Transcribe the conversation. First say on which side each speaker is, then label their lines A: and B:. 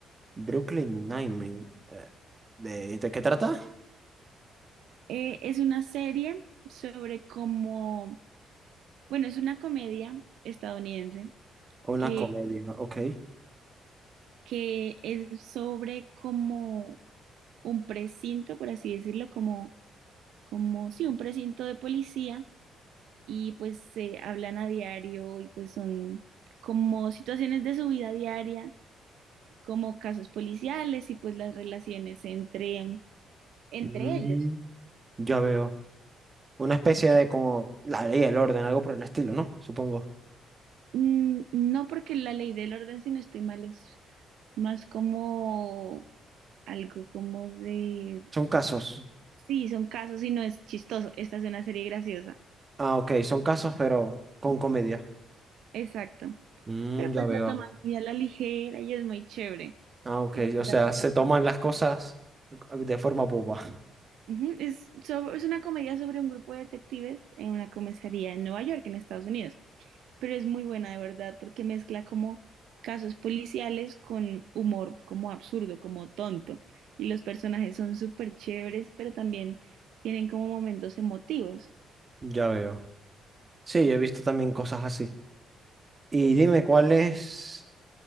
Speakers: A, on the right (about 30°); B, on the right (about 80°).
A: Brooklyn Nine-Nine. Eh, ¿De, de qué trata?
B: Eh, es una serie sobre cómo, bueno, es una comedia estadounidense
A: Una
B: que,
A: comedia, ok.
B: que es sobre como un precinto, por así decirlo, como, como, sí, un precinto de policía y pues se hablan a diario y pues son como situaciones de su vida diaria, como casos policiales y pues las relaciones entre, entre
A: Mm,
B: ellos.
A: ya veo. Una especie de como la ley y el orden, algo por el estilo, ¿no? Supongo.
B: Mm, No porque la ley del orden, si no estoy mal, es más como algo como de,
A: Son casos.
B: sí, son casos y no es chistoso, esta es una serie graciosa,
A: Ah, ok, son casos, pero con comedia.
B: exacto.
A: Mm,
B: Pero pues
A: ya veo.
B: la toman muy a la ligera y es muy chévere.
A: Ah, ok,
B: La
A: o
B: verdad,
A: sea,
B: sí
A: se
B: la
A: toman
B: puedo
A: las cosas de forma boba.
B: Ujú, Es, sobre- es una comedia sobre un grupo de detectives en una comisaría en Nueva York, en Estados Unidos, pero es muy buena de verdad porque mezcla como casos policiales con humor como absurdo, como tonto, y los personajes son súper chéveres, pero también tienen como momentos emotivos.
A: Ya veo. Sí, he visto también cosas así. Y dime, ¿cuál es,